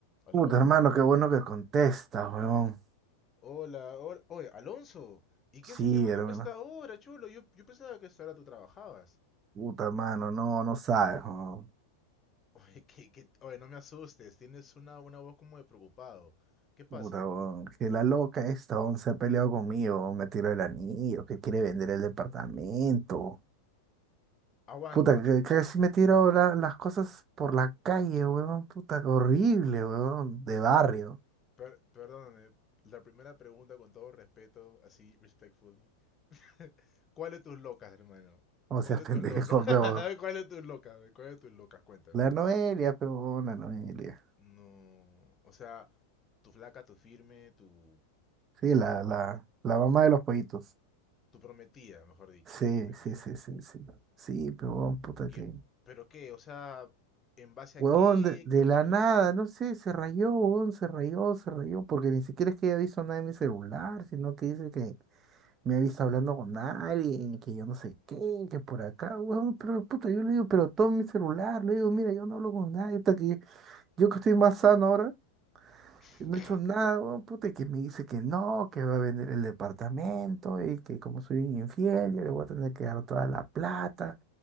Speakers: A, on the left; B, on the right.
A: ¿Aló?
B: Puta, hermano, qué bueno que contestas, huevón.
A: Hola, hola. Oye, Alonso, ¿y
B: Sí,
A: qué haces llamándome
B: hermano.
A: a esta hora, chulo? Yo, yo pensaba que a esta hora tú trabajabas.
B: Puta, hermano, no, no sabes, huevón.
A: <laughs> Oye, que, que, oye, no me asustes, tienes una, una voz como de preocupado. ¿Qué pasa?
B: Puta, huevón. Que la loca esta, huevón, se ha peleado conmigo, huevón. Me tiró el anillo, que quiere vender el departamento.
A: Aguanta,
B: Puta, que que casi me tiró la- las cosas por la calle, huevón. Puta, horrible, huevón. De barrio.
A: per- perdóname. La primera pregunta con todo respeto, así, respectfully. <laughs> ¿Cuál de tus locas, hermano?
B: O
A: ¿Cuál
B: sea,
A: de
B: <laughs> pendejo,
A: tus locas? <laughs>
B: pe, huevón.
A: ¿Cuál de tus locas? ve? ¿Cuál de tus locas? Cuéntame.
B: La Noelia, pe, huevón, la Noelia.
A: No, o sea, tu flaca, tu firme, tu,
B: Sí, la, la, la mamá de los pollitos.
A: tu prometida, mejor dicho,
B: Sí,
A: tu prometida.
B: sí, sí, sí, sí. Sí, pero puta
A: ¿Qué?
B: que.
A: ¿Pero qué? O sea, ¿en base a
B: Huevón,
A: qué?
B: de, de
A: ¿Qué fue
B: la
A: lo
B: nada,
A: que pasó?
B: no sé, se rayó, huevón, se rayó, se rayó, porque ni siquiera es que haya visto nada en mi celular, sino que dice que me ha visto hablando con alguien, que yo no sé qué, que por acá, huevón, pero puta, yo le digo, pero todo mi celular, le digo, mira, yo no hablo con nadie, hasta que yo que estoy más sano ahora,
A: <laughs>
B: no he hecho nada, huevón, puta, y que me dice que no, que va a vender el departamento, y que como soy un infiel, yo le voy a tener que dar toda la plata,